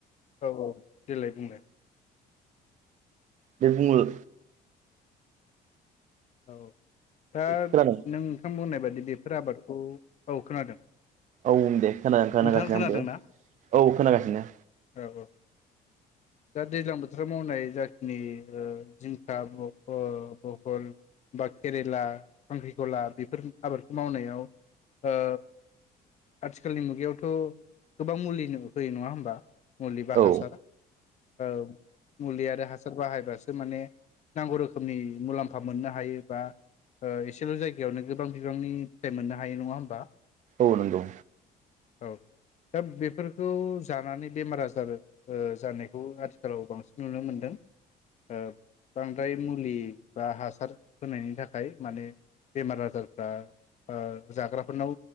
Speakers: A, on the left; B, on the right.
A: औ-औ देलाय बुंलाय
B: दे बुंल
A: औ दा
B: खोनादों
A: नोंथां होननाय बायदि बेफोर आबादखौ औ खोनादों
B: औ दे खोना खोनागासिनो
A: नोंथाङा खोनादोंना
B: आंबो औ खोनागासिनो
A: औ औ दा दैज्लां बोथोराव मावनाय जाखिनि ओ जिंखा ब हल बहल बा केरेला खांख्रिखला बेफोर आबादखौ मावनायाव ओ आथिखालनि मुगायावथ' गोबां मुलि होयो नंङा होमबा मुलि बा
B: औ
A: हासार औ मुलिया हासार बाहायबासो माने नांगौ रोखोमनि मुलाम्फा मोननो हायो बा ओ एसेल' जायगायावनो गोबां बिबांनि फिथाइ मोननो हायो नंङा होमबा
B: औ नंगौ
A: औ दा बेफोरखौ जानानै बेमार आजार ओ जानायखौ आथिखालाव बांसिन नुनो मोनदों ओ बांद्राय मुलि बा हासार होनायनि थाखाय माने बेमार आजारफ्रा ओ जाग्राफोरनाव